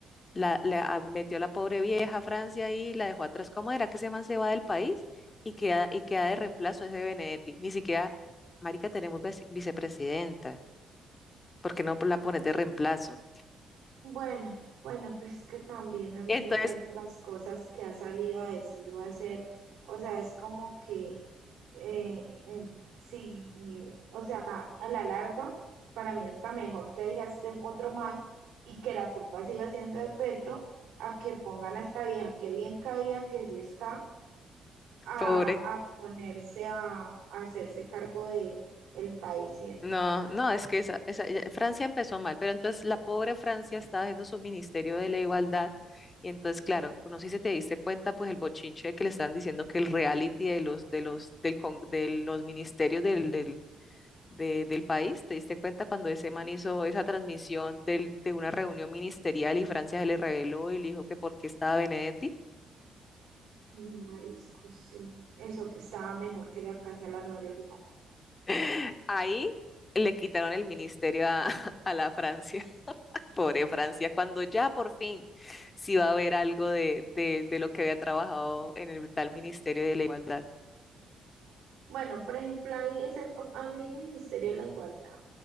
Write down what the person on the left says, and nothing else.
La, la- a- metió a la pobre vieja a Francia y la dejó atrás. ¿Cómo era que ese man se va del país y queda, y queda de reemplazo ese Benedetti? Ni siquiera, marica, tenemos vice- vicepresidenta. ¿Por qué no la pones de reemplazo?
Entonces,
pobre.
No,
no, es que esa, esa- ya- Francia empezó mal, pero entonces la pobre Francia estaba haciendo su ministerio de la igualdad y entonces, claro, no sé si te diste cuenta, pues el bochinche que le están diciendo que el reality de los, de los, del, con- de los ministerios del, del, de- del país, ¿te diste cuenta cuando ese man hizo esa transmisión del, de una reunión ministerial y Francia se le reveló y le dijo que por qué estaba Benedetti?
<laughs> Ahí le quitaron el ministerio a, <laughs> a la Francia. Pobre Francia, cuando ya por fin sí va a haber algo de, de, de lo que había trabajado en el tal Ministerio de la Igualdad.